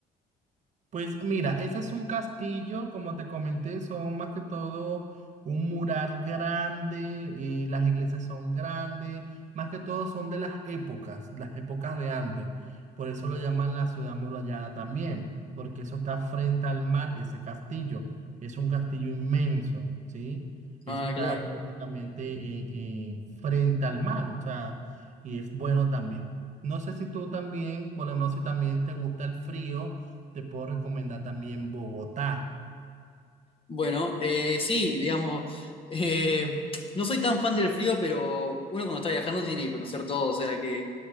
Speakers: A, on the right; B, on the left.
A: Pues mira, ese es un castillo, como te comenté, son más que todo un mural grande, eh, las iglesias son grandes, más que todo son de las épocas, las épocas de antes. Por eso lo llaman la ciudad murallada también, porque eso está frente al mar, ese castillo. Es un castillo inmenso, ¿sí? Eso
B: Ah,
A: está
B: claro.
A: prácticamente eh, eh, frente al mar, o sea, y es bueno también. No sé si tú también, por lo menos si también te gusta el frío. Te puedo recomendar también Bogotá.
B: Bueno, eh, sí, digamos, eh, no soy tan fan del frío, pero uno cuando está viajando tiene que conocer todo, o sea que